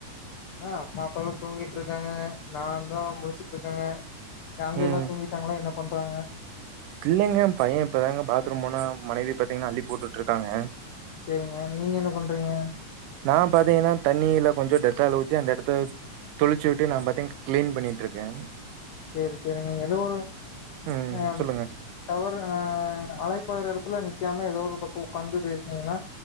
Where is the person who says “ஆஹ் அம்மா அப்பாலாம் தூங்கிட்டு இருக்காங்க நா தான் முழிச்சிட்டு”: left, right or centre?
Left